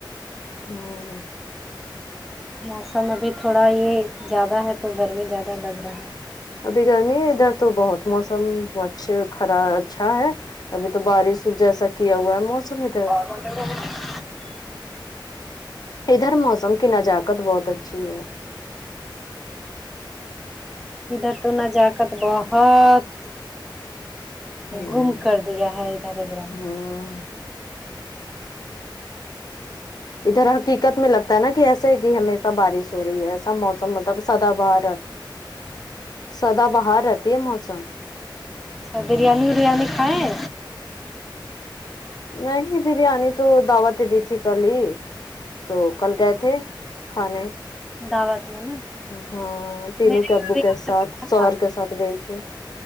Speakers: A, on the left (about 50°); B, in the centre.
A: ہمم
B: موسم ابھی تھوڑا یے زیادہ ہے تو گرمی زیادہ لگ رہا ہے
A: ابھی گرمی ادھر تو بہت موسم اچھے خرا اچھا ہے ابھی تو بارش جیسا کیا ہوا ہے موسم ادھر
B: <inaudible>
A: ادھر موسم کی نجاکت بہت اچھی ہے
B: ادھر تو نزاکت بہت
A: ہوں
B: گم کر دیا ہے ادھر گم
A: ہوں ادھر حقیقت میں لگتا ہے نا کہ ایسا سے کہ ہمیشہ بارش ہو رہی ہے ایسا موسم مطلب سدا بھار سدا باھار رہتی ہے موسم
B: اچھا بریانی وریانی کھائیں
A: نہیں بریانی تو دعوتیں دی تھی کل ہی تو کل گئے تھے کھانے
B: دعوت میں نا
A: ہاں تینو
B: میرے
A: کے
B: یہاں
A: ابو
B: بھی ایسا
A: کے ساتھ
B: کرتا
A: شوہر
B: تھا
A: کے ساتھ گئے تھی